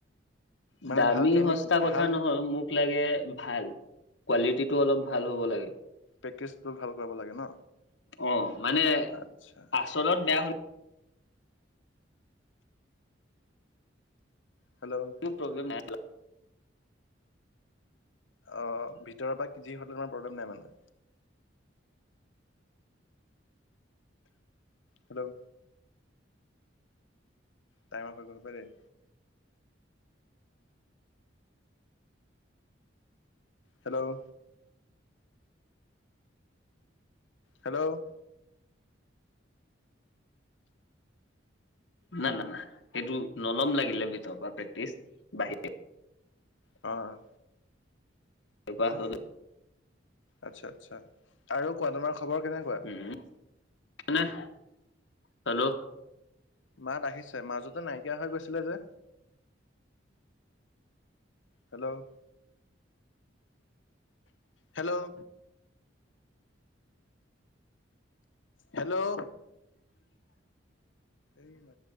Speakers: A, on the left; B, on the left.
A: মানে
B: দামী
A: ভাল ট্ৰেইনিং
B: সস্তা কথা
A: ভাল
B: নহয়, মোক লাগে ভাল। কোৱালিটিটো অলপ ভাল হ'ব লাগে।
A: পেকেজটো ভাল পাব লাগে ন?
B: অ' মানে
A: আচ্ছা।
B: আচলত বেয়া হৈ
A: হেল্লো'
B: তো প্ৰব্লেম ন <unintelligible>
A: অঁ, ভিতৰৰ পৰা যি হলো প্ৰব্লেম নাই মানে? হেল্লো' টাইম আপ হৈ গ'ল পাই দেই। হেল্লো' হেল্লো'
B: না না না সেইটো নলম লাগিলে ভিতৰৰ পৰা প্ৰেক্টিচ বাহি <unintelligible>
A: অঁ
B: এই পাহ
A: আচ্ছা আচ্ছা, আৰু কোৱা তোমাৰ খবৰ কেনেকুৱা?
B: হুম, নাহ হেল্লো'
A: মাত আহিছে, মাজতে নাইকিয়া হৈ গৈছিলে যে। হেল্লো' হেল্লো' হেল্লো'
B: <inaudible>
A: এই মা